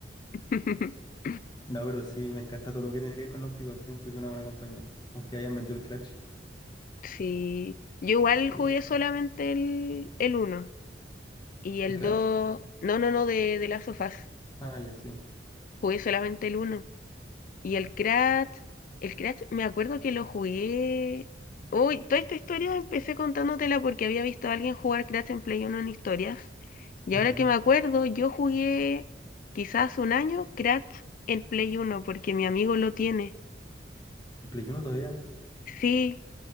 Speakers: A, on the left (about 50°); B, on the left (about 25°).
A: <laughs>
B: no, pero sí, me encanta todo lo que tiene que ver con Naughty Dog. Siento que es una buena compañía, aunque hayan metido el Crash.
A: Sí. Yo igual
B: Eh,
A: jugué solamente el, el uno. Y
B: ¿el
A: el
B: Crash?
A: 2 no, no, no, de, de Last of Us.
B: Ah, ya sí,
A: Jugué solamente el uno Y el Crash, el Crash, me acuerdo que lo jugué. Uy, toda esta historia empecé contándotela porque había visto a alguien jugar Crash en Play uno en historias. Y
B: ¿verdad?
A: ahora que me acuerdo, yo jugué quizás un año Crash en Play uno porque mi amigo lo tiene.
B: ¿El Play Uno todavía?
A: Sí,